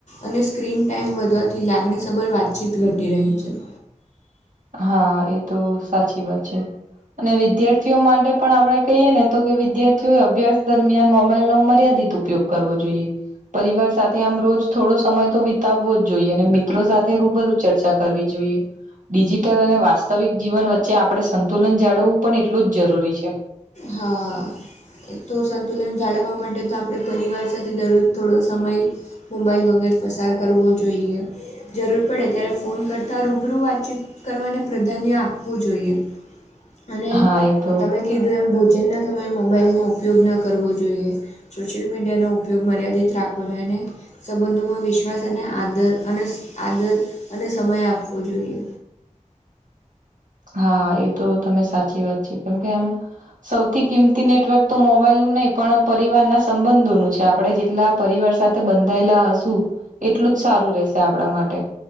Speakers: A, on the left; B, on the right.
A: અને સ્ક્રીન ટાાઈમ વધવાથી લાગણીસભર વાત-ચીત ઘટી રહી છે.
B: હા એ તો સાચી વાત છે. અને વિદ્યાર્થીઓ માટે, પણ આપણેે કહીએ ને, તો કે વિદ્યાર્થીઓએ અભ્યાસ દરમિયાન મોબાઈલ નો મર્યાદિત ઉપયોગ કરવો જોઈએ. પરિવાર સાથે આમ રોજ થોડો સમય તો વિતાવવો જ જોઈએ. અને મિત્રો સાથે રૂબરૂ ચર્ચા કરવી જોઈએ. ડિજિટલ અને વાસ્તવિક જીવન વચ્ચે આપણે સંતુલન જાળવવું પણ એટલું જ જરૂરી છે.
A: હા... તો સંતુલન જાળવવા માટે તો આપડે પરિવાર સાથે દરરોજ થોડો સમય, મોબાઈલ વગેર પસાર કરવો જોઈએ. જરૂર પડે ત્યારે, ફોન કરતા રૂબરૂ વાતચીત કરવાને પ્રાધાન્ય આપવું જોઈએ. અને
B: હા એ તો
A: તમે કીધું એમ, જેનના સમયે મોબાઈલનો ઉપયોગ ન કરવો જોઈએ. સોશિયલ મીડિયાનોો ઉપયોગ મર્યાદિત રાખવો જોઈએ. ને, સંબંધોમાં વિશ્વાસ અને આદર અને આદર અને સમય આપવો જોઈએ.
B: હા એ તો તમે સાચી વાત છે. કેમ કે, આમ સૌથી કિંમતી નેટવર્ક તો મોબાઈલ નું નહી પણ પરિવારના સંબંધોનું છે. આપણે જેટલા પરિવાર સાથે બંધાયેલા હશું. એટલું જ સારું રહેશે આપડા માટે.